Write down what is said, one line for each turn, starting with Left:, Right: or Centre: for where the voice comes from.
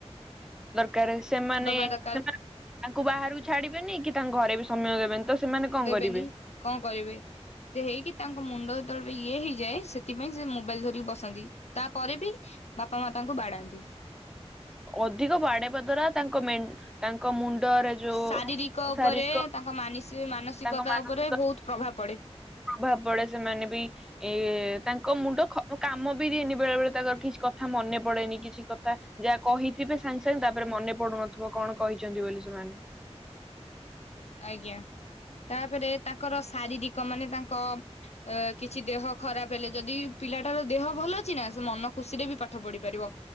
Centre: କାରେ ସେମାନେ
Left: ଦବା ଦରକାର
Centre: ସେମାନେ ତାଙ୍କୁ ବାହାରକୁ ଛାଡିବେନି କି ତାଙ୍କ ଘରେ ବି ସମୟ ଦେବେନି ତ ସେମାନେ କଣ
Left: ଦେବେନି
Centre: କରିବେ
Left: କଣ କରିବେ ସେ ହେଇକି ତାଙ୍କ ମୁଣ୍ଡ ଯେତେବେଳେ ଇଏ ହେଇଯାଏ ସେଥିପାଇଁ ସେ ମୋବାଇଲ ଧରିକି ବସନ୍ତି ତାପରେ ବି ବାପା ମା ତାଙ୍କୁ ବାଡାନ୍ତି
Centre: ଅଧିକ ବାଡେଇବା ଦ୍ଵାରା ତାଙ୍କ ମେନ ତାଙ୍କ ମୁଣ୍ଡରେ ଯୋଉ
Left: ଶାରୀରିକ ଉପରେ
Centre: ଶାରୀରିକ
Left: ତାଙ୍କ ମାନିସି ମାନସିକତା
Centre: ତାଙ୍କ ମାନସିକ
Left: ଉପରେ ବହୁତ ପ୍ରଭାବ ପଡେ
Centre: ପ୍ରଭାବ ପଡେ ସେମାନେ ବି ଏ ତାଙ୍କ ମୁଣ୍ଡ ଖ କାମ ବି ଦିଏନି ବେଳେ ବେଳେ ତାଙ୍କର କିଛି କଥା ମନେ ପଡେନି କିଛି କଥା ଯାହା କହିଥିବେ ସାଙ୍ଗେ ସାଙ୍ଗେ ତାପରେ ମନେ ପଡୁନଥିବ କଣ କହିଛନ୍ତି ବୋଲି ସେମାନେ
Left: ଆଜ୍ଞା ତାପରେ ତାଙ୍କର ଶାରୀରିକ ମାନେ ତାଙ୍କ ଅ କିଛି ଦେହ ଖରାପ ହେଲେ ଯଦି ପିଲାଟାର ଦେହ ଭଲ ଅଛି ନା ସେ ମନ ଖୁସିରେ ବି ପାଠ ପଢି ପାରିବ